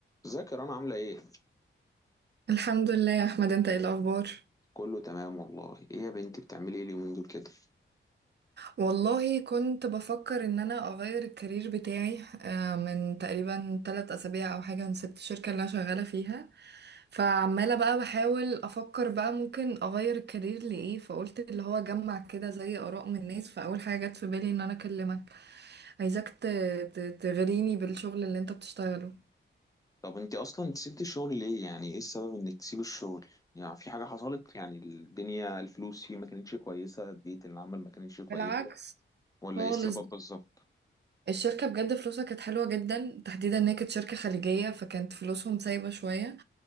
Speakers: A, on the left; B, on the right.
A: ازيك يا رنا عاملة ايه؟
B: الحمد لله يا احمد انت ايه الاخبار
A: كله تمام والله ايه يا بنتي بتعملي ايه اليومين دول كده؟
B: والله كنت بفكر ان انا اغير الكارير بتاعي آه، من تقريبا ثلاث اسابيع او حاجه انا سبت الشركه اللي انا شغاله فيها فعماله بقى بحاول افكر بقى ممكن اغير الكارير لايه فقلت اللي هو جمع كده زي اراء من الناس فاول حاجه جت في بالي ان انا اكلمك عايزاك ت- ت- تغريني بالشغل اللي انت بتشتغله
A: طب انت اصلا انت سبت الشغل ليه؟ يعني ايه السبب انك تسيب الشغل؟ يعني في حاجة حصلت؟ يعني الدنيا الفلوس فيه ما كانتش كويسة بيئة العمل ما كانتش كويسة
B: بالعكس
A: ولا
B: خالص
A: ايه السبب بالظبط؟
B: الشركة بجد فلوسها كانت حلوة جدا تحديدا ان هي كانت شركة خليجية فكانت فلوسهم سايبة شوية